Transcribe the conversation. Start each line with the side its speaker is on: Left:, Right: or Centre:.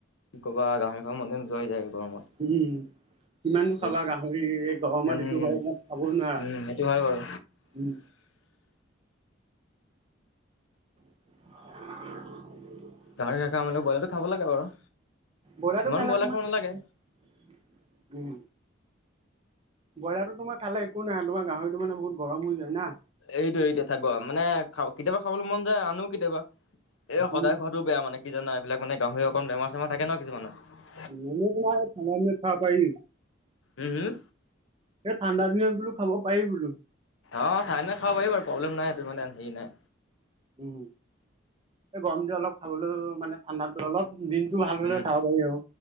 Left: কি কবা আৰু গাহৰি খাব মনে নোযোৱা হৈ যায় এই গৰমত।
Right: উম। কিমাননো
Left: সেইটোৱে
Right: খাবা গাহৰি এ গৰমত
Left: উম
Right: এইটো গৰমত খাবও নোৱাৰা,
Left: উম সেইটো হয় বাৰু
Right: উম। <inaudible>
Left: গাহৰি নাখাও মানে ব্ৰইলাৰ টো খাব লাগে বাৰু।
Right: ব্ৰইলাৰটো
Left: ইমানো
Right: খালে
Left: ব্ৰইলাৰ
Right: তোমাৰ,
Left: খাব
Right: <unintelligible>
Left: নালাগে
Right: উম'। ব্ৰলাৰোটো তোমাৰ খালে একো নাই তোমাৰ গাহৰিটো মানে বহুত গৰম হৈ যায় না?
Left: এইটোৱে-এইটোৱে থাক <unintelligible> মানে খা কেতিয়াবা খাবলৈ মন যায় আনো কেতিয়াবা। এই সদায়
Right: উম
Left: খোৱাটো বেয়া মানে, কি জানা এইবিলাক মানে গাহৰি অকন বেমাৰ চেমাৰ থাকে ন কিছুমানত।
Right: মম <unintelligible> ঠাণ্ডা দিনত খাব পাৰি।
Left: উম হুম?
Right: এই ঠাণ্ডা দিনত বোলোঁ খাব পাৰি বোলোঁ।
Left: অ', ঠাণ্ডা দিনত খাব পাৰি বাৰু প্ৰব্লেম নাই, সেইটো মানে হেৰি নাই।
Right: উম, এই গৰম দি অলপ খাবলৈ মানে ঠাণ্ডাতো অলপ দিনতটো ভালহলে
Left: উম
Right: খাব পাৰি আৰু।